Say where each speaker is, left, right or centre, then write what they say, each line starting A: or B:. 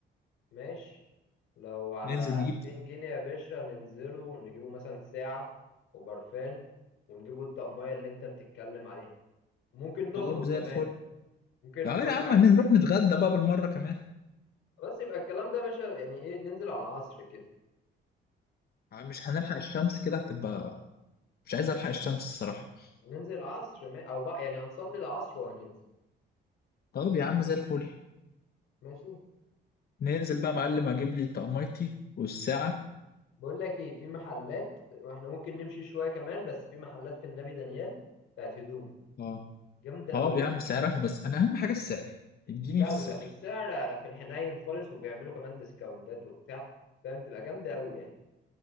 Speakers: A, on the left; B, on the left.
A: ماشي لو على
B: ننزل نجيب
A: 2000 جنيه يا باشا ننزله نجيبه مثلا ساعة وبرفان ونجيبه الطقمية اللي انت بتتكلم عليها ممكن نخرج
B: طب زي
A: كمان
B: الفل
A: ممكن
B: اه
A: فاض
B: يا
A: معاك
B: عم هنروح
A: فلوس نخرج.
B: نتغدى بقى بالمرة كمان
A: خلاص يبقى الكلام ده يا باشا يعني ايه ننزل على العصر كده
B: عم مش هنلحق الشمس كده هتبقى مش عايز الحق الشمس الصراحة
A: هننزل العصر ما... او بقى يعني هنصلي العصر وهننزل
B: طب يا عم زي الفل
A: ماشي
B: ننزل بقى يا معلم اجيب لي طقميتي والساعة
A: بقول لك ايه في محلات واحنا ممكن نمشي شوية كمان بس في محلات في النبي دانيال بتاعت هدوم
B: اه
A: جامدة
B: طب
A: قوي
B: يا عم سعرها بس انا اهم حاجة السعر اديني
A: لا
B: في
A: لا
B: السعر
A: لا السعر في الحنين خالص وبيعملوا كمان ديسكاونتات وبتاع فاهم تبقى جامدة قوي يعني